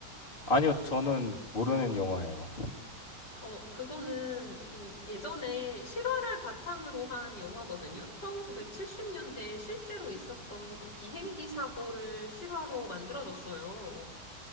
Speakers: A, on the left; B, on the left.
A: 아니요, 저는 모르는 영화예요.
B: 어, 그거는 이 예전에 실화를 바탕으로 한 영화거든요. 1970년대에 실제로 있었던 그 비행기 사고를 실화로 만들어졌어요.